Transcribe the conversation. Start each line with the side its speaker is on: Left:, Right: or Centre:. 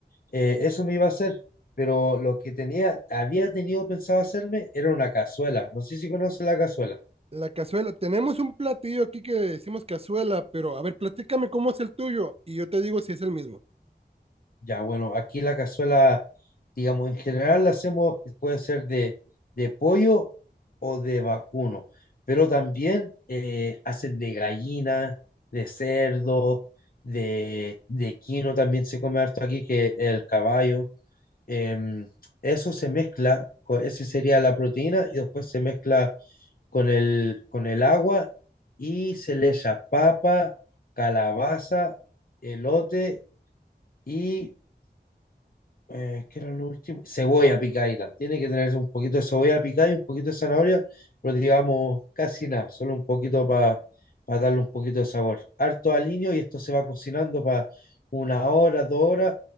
Left: eh, eso me iba a hacer, pero lo que tenía, había tenido pensado hacerme era una cazuela. No sé si conoce la cazuela.
Right: La cazuela. Tenemos un platillo aquí que decimos cazuela, pero a ver, platícame cómo es el tuyo y yo te digo si es el mismo.
Left: Ya, bueno, aquí la cazuela, digamos, en general la hacemos, puede ser de, de pollo o de vacuno, pero también eh, hacen de gallina, de cerdo, de, de quino, también se come harto aquí, que el caballo. em, eso se mezcla, co- ese sería la proteína, y después se mezcla con el, con el agua y se le echa papa, calabaza, elote y eh, ¿qué era lo último? Cebolla picadita. Tiene que tener un poquito de cebolla picada y un poquito de zanahoria, pero digamos casi nada, solo un poquito para darle un poquito de sabor. Harto aliño y esto se va cocinando para una hora, dos horas,